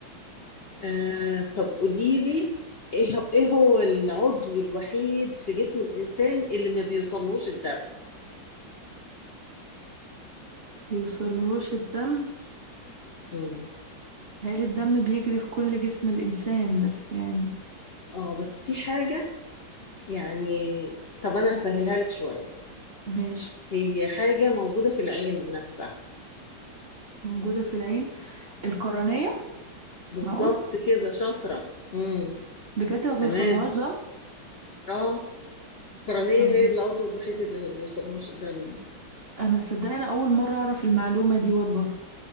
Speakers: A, on the left; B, on the right.
A: آه، طب قولي لي ايه هو- ايه هو العضو الوحيد في جسم الانسان اللي ما بيوصلهوش الدم
B: بيوصلهوش الدم
A: مم.
B: هل الدم بيجري في كل جسم الإنسان بس يعني
A: اه بس في حاجة يعني طب انا هسهلها لك شوية
B: ماشي
A: هي حاجة موجودة في العين نفسها
B: موجودة في العين القرنية
A: بالظبط
B: معقول
A: كده شاطرة امم
B: بجد ما بيوصلهاش
A: تمام
B: دم
A: اه القرنية
B: سبحان
A: هي
B: الله
A: العضو الوحيد اللي ما بيوصلهوش الدم
B: أنا صدقني أول مرة أعرف المعلومة دي والله